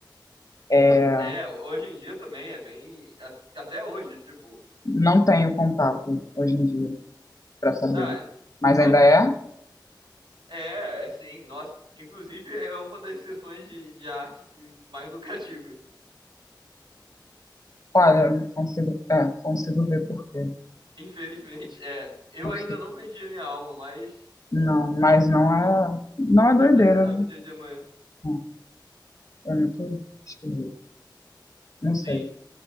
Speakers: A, on the left; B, on the right.
A: É,
B: É, hoje em dia também é bem. a- Até hoje, tipo.
A: não tenho contato hoje em dia para saber.
B: Ah, é
A: Mas
B: sorte
A: ainda é?
B: sua. É, é sim, nossa. Inclusive, é uma das seções de, de arte que mais lucrativas.
A: Olha, não consigo, é, consigo ver por quê.
B: Infelizmente, é. Eu
A: Consigo.
B: ainda não vendi a minha alma, mas
A: Não, mas não é,
B: nu-
A: não é
B: nunca
A: doideira,
B: se sabe
A: né?
B: o dia de amanhã.
A: Não, é muito esquisito. Não sei.
B: Sim.